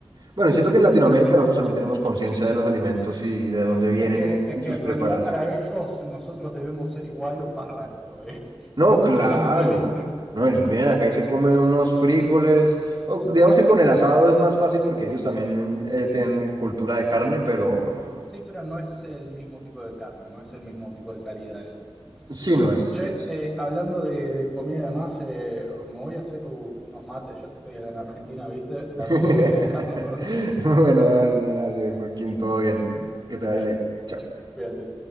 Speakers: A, on the right; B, in the centre.
A: Bueno, siento que en Latinoamérica nosotros también tenemos conciencia de los alimentos y de dónde vienen
B: Es que, es
A: y y
B: que
A: sus
B: en
A: preparaciones.
B: realidad para ellos nosotros debemos ser igual o más raros todavía, <laughs>
A: No, claro.
B: seamos realistas.
A: No, ellos vienen acá y se comen unos frijoles. o digamos que con el asado es más fácil porque ellos también eh, tienen cultura de carne, pero mm,
B: Sí, pero no es el mismo tipo de carne, no es el mismo tipo de calidad además.
A: sí, no es,
B: Che,
A: es-
B: eh, hablando de, de comida y demás, eh, me voy a hacer u- unos mates ya que estoy acá en Argentina, ¿viste? Así
A: <laughs>
B: que te voy <laughs> dejando un rato.
A: Bueno, dale, dale, Joaquín, todo bien. Que te vaya
B: <laughs> Dale,
A: bien. Chao.
B: cuídate.